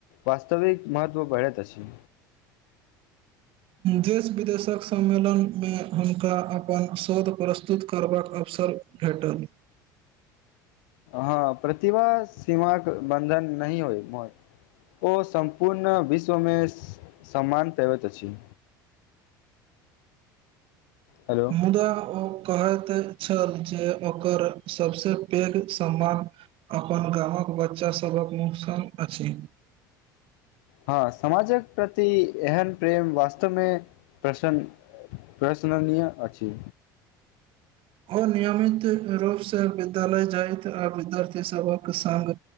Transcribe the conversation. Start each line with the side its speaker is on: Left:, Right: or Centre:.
Left: वास्तविकऽ महत्व बढ़ैत अछि
Right: देश विदेशक सम्मेलन मे हुनका अपन शोध प्रस्तुत करबाकऽ अवसर भेटल।
Left: ह प्रतिभा सीमा के बन्धन नहि होय ओ सम्पूर्ण विश्वमे सम्मान पबैत अछि। हेलो।
Right: मुदा ओ कहैत छल जे ओकर सभसँ पैघ सम्मान अपन गाम कऽ बच्चा सभ कऽ नुकसान अछि
Left: ह समाजक प्रति एहन प्रेम वास्तवमे प्रसन्न प्रशनया अछि
Right: ओर नियमित रूप से विद्यालय जाइत आ विद्यार्थी सभके सग